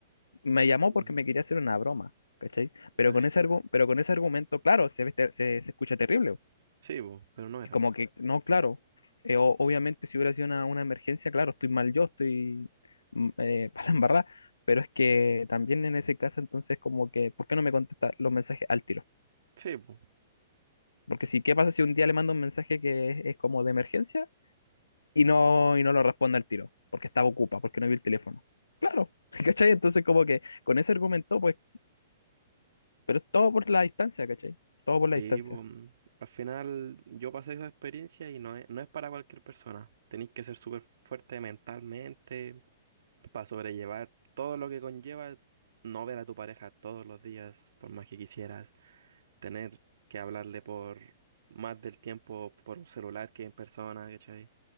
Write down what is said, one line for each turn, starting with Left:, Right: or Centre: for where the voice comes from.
Left: Me llamó
Right: Mm.
Left: porque me quería hacer una broma, ¿cachai? Pero
Right: Eh,
Left: con ese, argu- pero con ese argumento, claro, se, ve ter- se se escucha terrible.
Right: sí, po, pero no era.
Left: Es como que, no, claro, eh, o- obviamente si hubiera sido una, una emergencia, claro, estoy mal yo, estoy mm, eh, <laughs> para la embarrada, pero es que también en ese caso entonces como que, ¿por qué no me contesta los mensajes al tiro?
Right: Sí, po.
Left: Porque si, ¿qué pasa si un día le mando un mensaje que es, es como de emergencia y no, y no lo responde al tiro? Porque estaba ocupa, porque no vi el teléfono. Claro, <laughs> ¿cachai? Entonces como que con ese argumento, pues, pero es todo por la distancia, ¿cachai? Todo por la
Right: Y
Left: distancia.
Right: po, mm, al final yo pasé esa experiencia y no es, no es para cualquier persona. Tenéis que ser súper fuerte mentalmente, para sobrellevar todo lo que conlleva no ver a tu pareja todos los días, por más que quisieras, tener que hablarle por más del tiempo por un celular que en persona, ¿cachai?